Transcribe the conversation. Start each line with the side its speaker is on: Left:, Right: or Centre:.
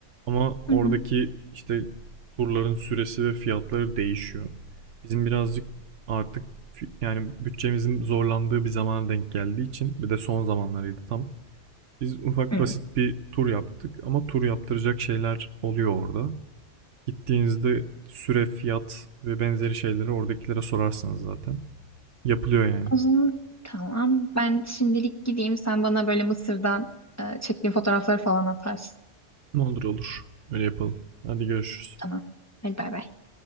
Right: Ama
Left: Hı
Right: oradaki
Left: hı.
Right: işte turların süresi ve fiyatları değişiyor. Bizim birazcık artık yani bütçemizin zorlandığı bir zamana denk geldiği için bir de son zamanlarıydı tam. Biz ufak
Left: Hı.
Right: basit bir tur yaptık ama tur yaptıracak şeyler oluyor orada. Gittiğinizde süre, fiyat ve benzeri şeyleri oradakilere sorarsınız zaten. Yapılıyor yani.
Left: O zaman tamam. Ben şimdilik gideyim. Sen bana böyle Mısır'dan e, çektiğin fotoğrafları falan atarsın.
Right: Ne olur olur. Öyle yapalım. Hadi görüşürüz.
Left: Tamam. Hadi bay bay.